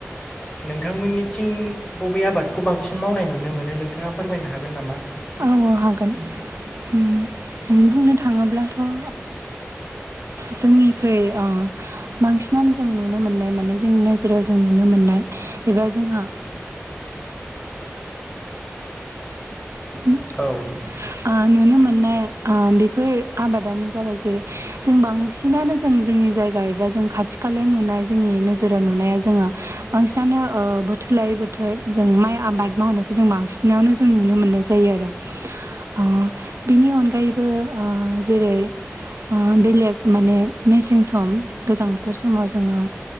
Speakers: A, on the left; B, on the right.
A: नोंथांमोननिथिं बबे आबादखौ बांसिन मावनाय नुनो मोनो नोंथाङा फोरमायनो हागोन नामा?
B: अ हागोन उम उम बुंनो थाङोब्लाथ'उम जोंनिखै अ बांसिनानो जों नुनो मोननाय माने जोंनि नोजोराव जों नुनो मोननाय एबा जोंहा <unintelligible>
A: औ
B: ओ नुनो मोननाय ओ बेफोर आबादानो जाबाय जेरै जों बांसिन बिदिनानो जों जोंनि जायगा एबा जों खाथि खालायाव नुनाय जोंनि नोजोराव नुनाया जोङो बांसिनानो ओ बोथोर लायै बोथोर जों माइ आबाद मावनायखौ जों बांसिन नायावनो जों नुनो मोननाय जायो आरो। ओ बिनि अनगायैबो ओ जेरै ओ बेलेग माने मेसें सम गोजां थोर समाव जोङो